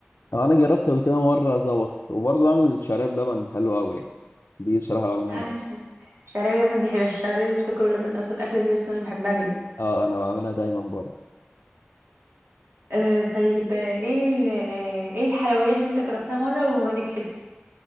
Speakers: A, on the left; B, on the right.
A: انا جربت قبل كده مره ظبطت وبرضه بعمل الشعريه بلبن حلوه قوي يعني دي بصراحه بعملها
B: عايشه
A: جدا
B: الشعريه بلبن دي حلوه الشعريه اللي بسكر ولبن اصل الاكله دي اصلا انا بحبها جدا
A: اه انا بعملها دايما برضه
B: آه، طيب آه، ايه ال- آه، ايه الحلويات اللي انت جربتها مرة ونجحت